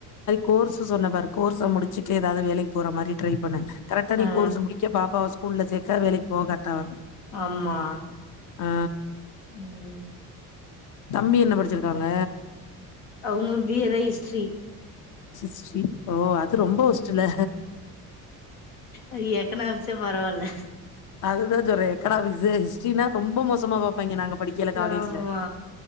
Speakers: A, on the left; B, on the left.
A: கோர்ஸு சொன்ன பாரு கோர்ஸ முடுச்சுட்டு எதாது வேலகி போற மாரி ட்ரை பண்ணு கரெக்டா நீ
B: ஆ
A: கோர்ஸ முடிக்க பாப்பாவஸ் கூல்ல சேக்க வேலைக் போகர்டா வரூ
B: ஆமா
A: ஆ
B: உம்
A: தம்பி என்ன படுச்சுருக்காங்க
B: அவுங்க பி ஏ தா ஹிஸ்ட்ரி
A: ஹிஸ்ட்ரி ஓ அது ரொம்ப ஒஸ்ட்டுல்ல
B: அ எக்கனாமிக்ஸெ பரவால்ல
A: அதுதா ஜொறே க்கனாமிக்ஸே ஹிஸ்ட்ரினா ரொம்ப மோ சமா பா ப்பாங்கெ நாங்க படிக்கேல காலேஜ்ல
B: ஆமா